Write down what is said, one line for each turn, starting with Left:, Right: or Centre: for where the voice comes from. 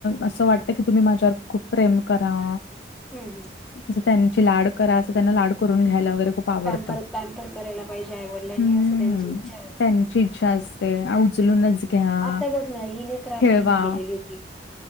Left: असं वाटतं की तुम्ही माझ्यावर खूप प्रेम करा.
Centre: हम् हम.
Left: जं त्यांची लाड करा असं त्यांना लाड करून घ्यायला वगैरे खूप आवडतं.
Centre: पॅमपर पॅम्पर करायला पाहिजे आईवडलांनी
Left: हम्म.
Centre: असं त्यांची इच्छा असते.
Left: त्यांची इच्छा असते "आ, उचलूनच घ्या,
Centre: आता बघ ना हिने क्राफ्ट
Left: खेळवा
Centre: घेऊन गेलेली होती.